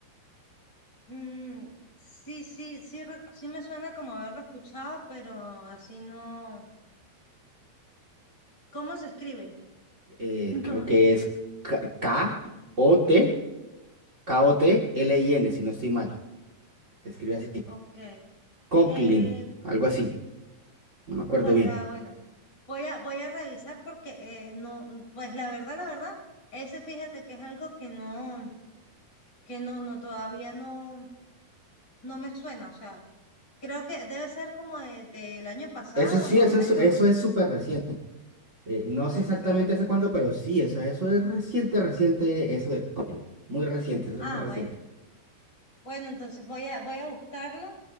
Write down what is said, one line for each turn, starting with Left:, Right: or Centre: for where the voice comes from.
Left: mm, Sí, sí, sí, rec- sí me suena como haberlo escuchado, pero así no, ¿Cómo se escribe?
Right: eh,
Left: <laughs>
Right: creo que es K-O-T, K-O-T-L-I-N, si no estoy mal. Se escribe así.
Left: No, ok.
Right: Coughlin,
Left: Eh,
Right: algo así. No me acuerdo
Left: pues
Right: bien.
Left: ah, bueno, voy a, voy a revisar porque eh, no, pues la verdad, la verdad, ese fíjate que es algo que no, que no, no, todavía no, no me suena. O sea, creo que debe ser como de- del año pasado,
Right: Eso sí,
Left: más
Right: eso
Left: o menos.
Right: es, eso es súper reciente. Eh, no
Left: okay,
Right: sé exactamente hace cuándo, pero sí, o sea, eso es reciente, reciente, eso de Coughlin. Muy reciente, eso
Left: Ah,
Right: es muy reciente.
Left: bueno. Bueno, entonces voy a, voy a buscarlo